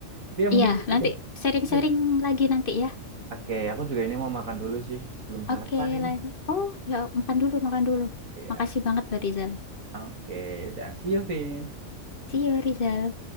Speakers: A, on the right (about 80°); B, on the left (about 45°).
A: Tapi ya mungkin
B: Iya, nanti
A: udah,
B: sharing-sharing
A: udah.
B: lagi nanti ya.
A: Oke, aku juga ini mau makan dulu sih. Belum sarapan
B: Oke,
A: ini.
B: lanjut. Oh, ya makan dulu, makan dulu.
A: ya
B: Makasih banget, Rizal.
A: Oke, udah. See you, Vin.
B: See you, Rizal.